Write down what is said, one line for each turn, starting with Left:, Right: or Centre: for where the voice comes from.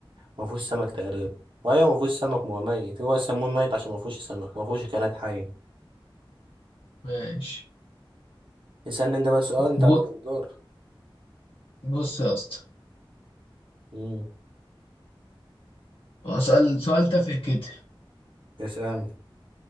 Right: ما فيهوش سمك تقريبا وأيوه ما فيهوش سمك ما هو ميت هو يسموه ميت عشان ما فيهوش سمك ما فيهوش كائنات حية
Left: ماشي
Right: اسألني أنت بقى سؤال أنت
Left: ب-
Right: عليك الدور
Left: بص يا اسطى
Right: امم
Left: اسال سؤال تافه كده
Right: اسألني